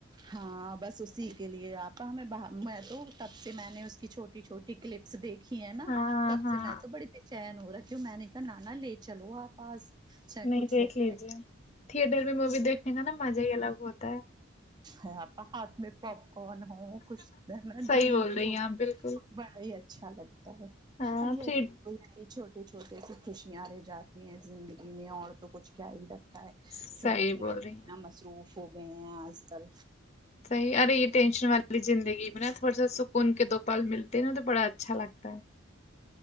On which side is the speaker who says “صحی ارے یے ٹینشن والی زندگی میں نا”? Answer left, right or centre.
Left